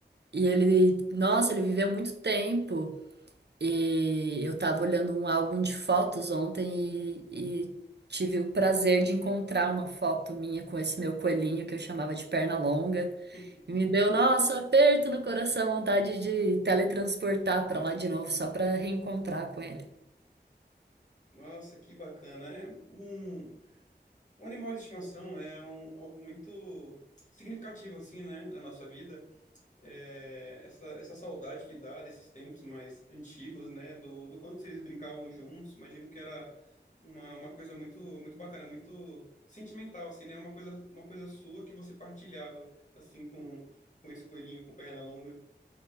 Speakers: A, on the right (about 70°); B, on the left (about 45°).
A: E ele, nossa, ele viveu muito tempo. E eu estava olhando um álbum de fotos ontem e, e tive o prazer de encontrar uma foto minha com esse meu coelhinho que eu chamava de perna longa.
B: <laughs>
A: E me deu, nossa, um aperto no coração, vontade de teletransportar para lá de novo, só para reencontrar com ele.
B: Nossa, que bacana. É um Um animal de estimação é um- algo muito significativo, assim, né, na nossa vida. É, essa, essa saudade que dá desses tempos mais antigos, né, do, do quanto vocês brincavam juntos, imagino que era uma, uma coisa muito, muito bacana, muito sentimental, assim, né, uma coisa, uma coisa sua que você partilhava, assim, com, com esse coelhinho com perna longa.